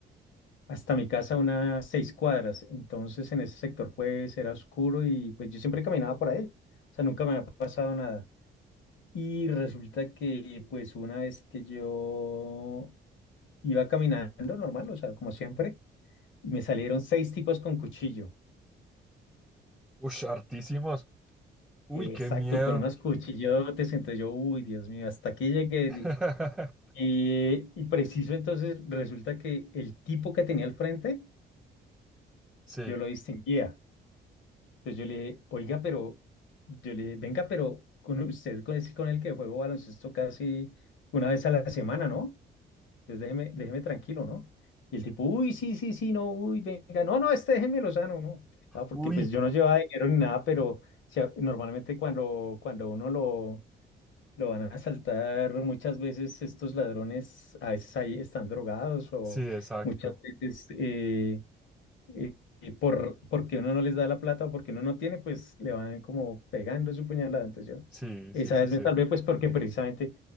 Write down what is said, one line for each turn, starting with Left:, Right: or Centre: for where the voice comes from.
Left: hasta mi casa unas seis cuadras. Entonces en ese sector pues era oscuro y pues yo siempre caminaba por ahí. O sea, nunca me había pasado nada. Y resulta que pues una vez que yo iba caminando normal, o sea, como siempre, y me salieron seis tipos con cuchillo.
Centre: Uy, hartísimos. Uy,
Left: Exacto,
Centre: qué miedo.
Left: con unos cuchillotes. Entonces yo, uy, Dios mío, hasta aquí llegué.
Centre: <laughs>
Left: di- Y, y preciso, entonces resulta que el tipo que tenía al frente,
Centre: Sí.
Left: yo lo distinguía. Entonces yo le dije, oiga, pero, yo le dije, venga, pero con usted con es con el que juego baloncesto casi una vez a la semana, ¿no? Entonces déjeme, déjeme tranquilo, ¿no? Y el tipo, uy, sí, sí, sí, no, uy, venga, no, no, este déjemelo sano, ¿no? Ah, porque
Centre: Uy,
Left: pues yo no llevaba dinero ni nada, pero o sea, normalmente cuando, cuando uno lo, Lo van a asaltar muchas veces estos ladrones, a veces ahí están drogados o
Centre: sí, exacto.
Left: muchas veces eh, eh, eh, por, porque uno no les da la plata o porque uno no tiene, pues le van como pegando su puñalada. Entonces yo
Centre: Sí,
Left: esa
Centre: sí, sí,
Left: vez
Centre: sí.
Left: me salvé pues porque precisamente